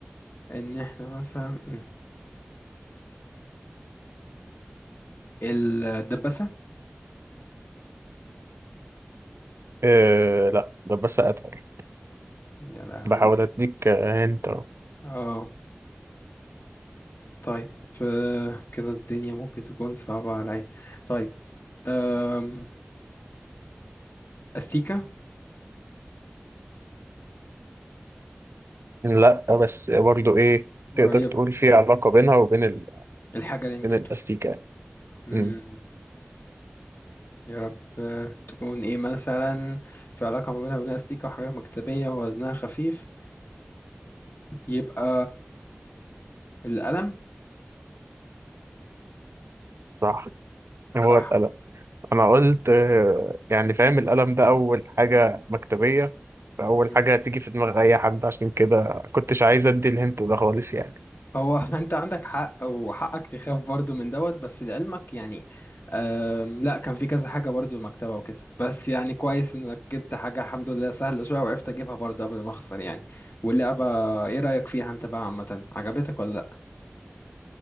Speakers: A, on the left; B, on the right.
A: ان احنا مثلا مم. الدباسة
B: أه لا ده بس اتقل
A: يا لهوي
B: بحاول اديك انت
A: اه طيب آه كده الدنيا ممكن تكون صعبة عليا طيب آم استيكة
B: لا بس برضو ايه
A: قريبة
B: تقدر تقول في علاقة بينها وبين ال...
A: الحاجة اللي انت
B: بين الاستيكان
A: بتك... مم.
B: أمم،
A: يا رب آه، تكون ايه مثلا في علاقة ما بينها وبين استيكة وحاجات مكتبية ووزنها خفيف يبقى القلم
B: صح هو
A: صح
B: اتقل انا قلت آه، يعني فاهم القلم ده اول حاجة مكتبية فاول
A: مم.
B: حاجة هتيجي في دماغ اي حد عشان كده كنتش عايز ادي الهنت ده خالص يعني
A: هو <laughs> انت عندك حق وحقك تخاف برضو من دوت بس لعلمك يعني أم لا كان في كذا حاجة برضو المكتبة وكده بس يعني كويس انك جبت حاجة الحمد لله سهلة شوية وعرفت اجيبها برضو قبل ما اخسر يعني واللعبة ايه رأيك فيها انت بقى عامة عجبتك ولا لا